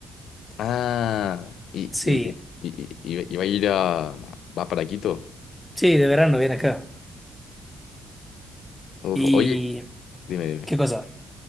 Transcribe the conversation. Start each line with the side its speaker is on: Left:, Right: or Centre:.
Left: Ah, y,
Centre: Sí,
Left: y, y- y- y va a ir a... va para Quito.
Centre: sí, de verano viene acá.
Left: Uf,
Centre: ¿Y
Left: oye, dime, dime.
Centre: qué cosa?